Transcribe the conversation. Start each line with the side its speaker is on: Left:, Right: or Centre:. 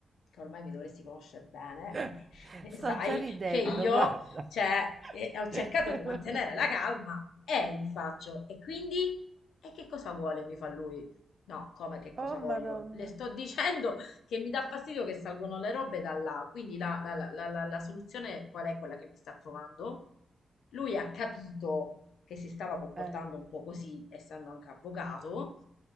Left: che ormai mi dovresti conoscere bene,
Right: <laughs>
Left: <laughs> eh,
Right: Sto
Left: eh, sai
Right: già ridendo,
Left: che io,
Right: guarda.
Left: cioè, eh, ho cercato
Right: <laughs>
Left: di mantenere la calma e gli faccio, e quindi, e che cosa vuole? Mi fa lui. No, come che cosa
Right: Oh, Madonna.
Left: voglio? Le sto dicendo che mi dà fastidio che salgono le robe da là, quindi la, la la- la- la- la soluzione qual è quella che mi sta trovando? Lui ha capito che si stava comportando
Right: Eh,
Left: un po' così, essendo anche avvocato,